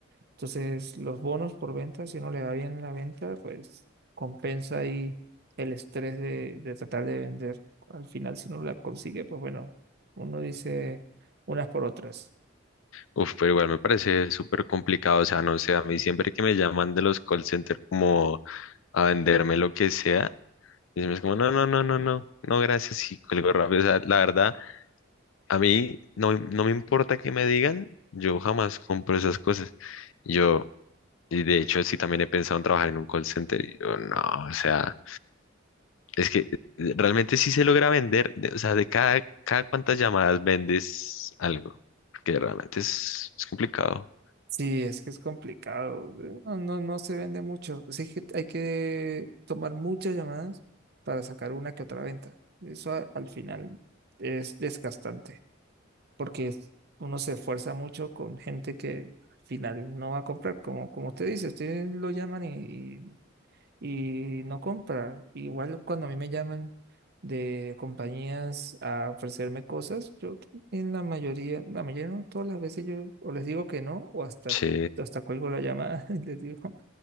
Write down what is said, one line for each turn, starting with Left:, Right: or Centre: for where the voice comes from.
Right: Entonces, los bonos por venta, si uno le da bien en la venta, pues compensa ahí el estrés de, de tratar de vender. Al final, si no la consigue, pues bueno, uno dice unas por otras.
Left: Uf, pero igual me parece súper complicado, o sea, no sé, a mí
Right: Bien.
Left: siempre que me llaman de los call center como a venderme lo que sea, y es como, no, no, no, no, no, no, gracias, y cuelgo rápido, o sea, la verdad, a mí no, no me importa que me digan, yo jamás compro esas cosas, yo, y de hecho sí también he pensado en trabajar en un call center, y yo, no, o sea... Es que eh, realmente sí se logra vender, de- o sea, de cada, cada cuántas llamadas vendes algo, que realmente es, es complicado.
Right: Sí, es que es complicado. No, no, no se vende mucho. Así que hay que tomar muchas llamadas para sacar una que otra venta. Eso a- al final es desgastante. porque es- uno se esfuerza mucho con gente que al final no va a comprar, como, como usted dice, usted lo llaman y, y, y no compra. Igual cuando a mí me llaman de compañías a ofrecerme cosas, yo en la mayoría, la mayoría no, todas las veces yo o les digo que no, o hasta,
Left: Sí,
Right: hasta cuelgo la llamada <laughs> y les digo,